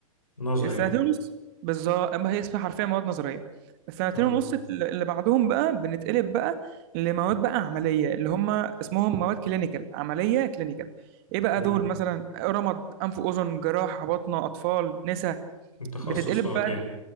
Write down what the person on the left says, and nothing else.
نظر
يعني
تمام
امم
التخصصات
يعني